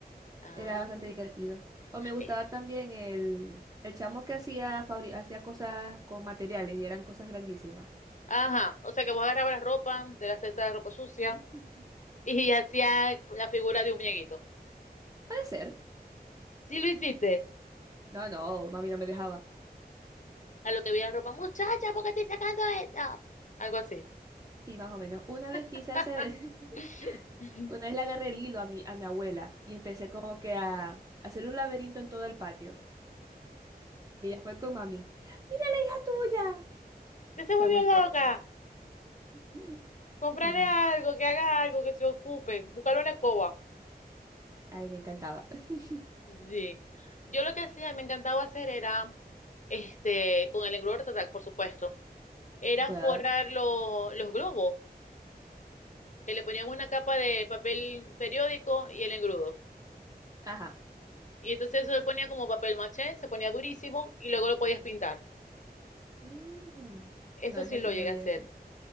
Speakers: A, on the left (about 50°); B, on the right (about 20°).
A: Ah,
B: Era bastante divertido. O me gustaba
A: ya.
B: también el, el chamo que hacía, fabri- hacía cosas con materiales y eran cosas grandísimas.
A: Ajá, o sea que vos agarrabas la ropa de la cesta de ropa sucia
B: <laughs> Puede
A: y <laughs> hacías la figura de un muñequito.
B: ser.
A: Sí lo hiciste.
B: No, no, mami no me dejaba.
A: A lo que vi la ropa, muchacha, ¿por qué estoy sacando esto? Algo así.
B: Sí, más o menos. Una vez quise
A: <laughs>
B: hacer, <laughs> Una vez le agarré el hilo a mi, a mi abuela y empecé como que a, a hacer un laberinto en todo el patio. Y ella fue con mami. ¡Mira la hija tuya!
A: Ya se
B: Fue
A: volvió
B: muy
A: loca.
B: cómico. <laughs>
A: Comprarle
B: Sí,
A: algo, que haga algo, que se ocupe. Buscarle una escoba.
B: ay, me encantaba. <laughs>
A: Sí. Yo lo que hacía, me encantaba hacer era, este, con el engrudo total, por supuesto, era
B: Duh.
A: forrar lo- los globos, que le ponían una capa de papel periódico y el engrudo.
B: Ajá.
A: Y entonces eso le ponía como papel maché, se ponía durísimo y luego lo podías pintar.
B: Ujú.
A: Eso
B: No, eso
A: sí lo
B: sí
A: llegué
B: no lo
A: a
B: llegué
A: hacer
B: a hacer.